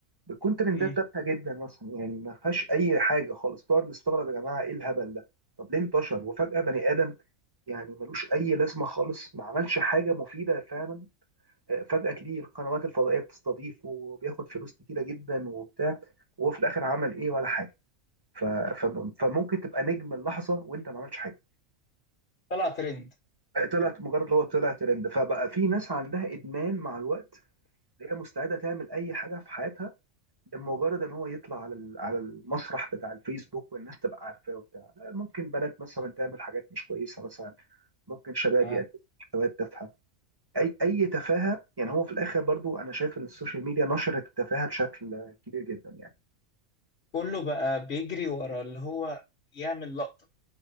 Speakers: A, on the right; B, on the left.
A: بتكون ترندات
B: مم.
A: تافهه جدا مثلا يعني ما فيهاش اي حاجه خالص بنقعد نستغرب يا جماعه ايه الهبل ده طب ليه انتشر وفجاه بني ادم يعني ملوش اي لازمه خالص ما عملش حاجه مفيده فعلا آه، فجاه تلاقي القنوات الفضائيه بتستضيفه وبياخد فلوس كتيره جدا وبتاع وهو في الاخر عمل ايه ولا حاجه ف... ف... فممكن تبقى نجم اللحظه وانت ما عملتش حاجه
B: طلع ترند
A: طلعت مجرد اللي هو طلع ترند فبقى في ناس عندها ادمان مع الوقت هي مستعده تعمل اي حاجه في حياتها لمجرد ان هو يطلع على ال- على المسرح بتاع الفيسبوك والناس تبقى عارفاه وبتاع ممكن بنات مثلا تعمل حاجات مش كويسه مثلا ممكن شباب
B: آه.
A: يقدموا محتويات تافهه اي اي تفاهه يعني هو في الاخر برضو انا شايف ان السوشيال ميديا نشرت التفاهه بشكل كبير جدا يعني
B: كله بقى بيجري ورا اللي هو يعمل لقطة